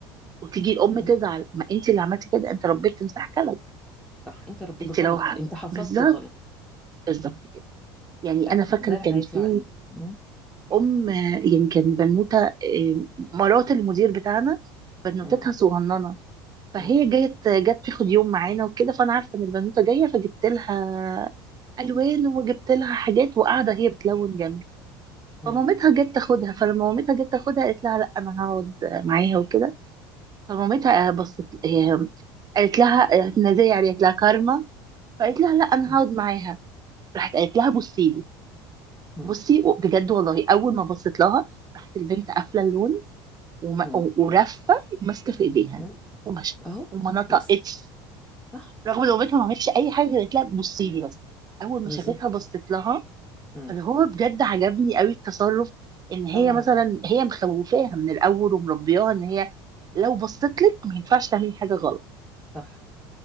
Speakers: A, on the right (about 35°); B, in the centre.
A: وتيجي الام
B: مم.
A: تزعل ما انت اللي عملتي كده انت ربيت تمساح كلب
B: صح انت ربيت
A: انت
B: غلط
A: لو ح-
B: انت حصدت
A: بالظبط
B: غلط
A: بالظبط كده يعني
B: ف- فالزرع
A: انا فاكره كان
B: هيطلع
A: في
B: ايه مم.
A: ام يعني كان بنوته آه، مرات المدير بتاعنا بنوتتها
B: مم.
A: صغننه فهي
B: مم.
A: جت جت تاخد يوم معانا وكده فانا عارفه ان البنوته جايه فجبت لها الوان وجبت لها حاجات وقاعده هي بتلون جنبي
B: مم.
A: فمامتها جت تاخدها فلما مامتها جت تاخدها قالت لها لا انا هقعد معاها وكده فمامتها بصت هي- قالت لها احنا زي يعني قالت لها كارما فقالت لها لا انا
B: مم.
A: هقعد معاها راحت قالت لها بصي لي
B: مم.
A: بصي بجد والله اول ما بصيت لها راحت البنت قافله اللون وم-
B: مم.
A: ورفه وماسكه في ايديها
B: مم.
A: ومشت
B: اهو
A: وما نطقتش
B: بس صح
A: رغم ان بنتها ما عملتش اي حاجه قالت لها بصي لي بس اول ما
B: بالظبط
A: شافتها بصيت لها
B: مم.
A: فاللي هو بجد عجبني قوي التصرف ان هي
B: طبعا
A: مثلا هي مخوفاها من الاول ومربياها ان هي لو بصيت لك ما ينفعش تعملي حاجه غلط
B: صح